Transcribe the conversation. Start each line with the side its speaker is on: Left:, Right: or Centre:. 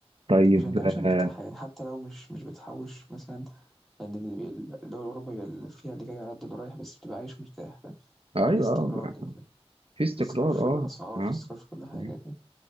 Right: طيب
Centre: عشان نعيشها مرتاحة
Right: آه.
Centre: يعني حتى لو مش مش بتحوش مثلا لأن يعني الدول الأوروبية بيبقى اللي فيها اللي جاي على قد اللي رايح بس بتبقى عايش مرتاح فاهم
Right: ايوه
Centre: في استقرار
Right: آه،
Centre: كده فاهم
Right: في استقرار
Centre: في استقرار في
Right: اه
Centre: الأسعار
Right: اه
Centre: في استقرار في كل حاجة
Right: مم.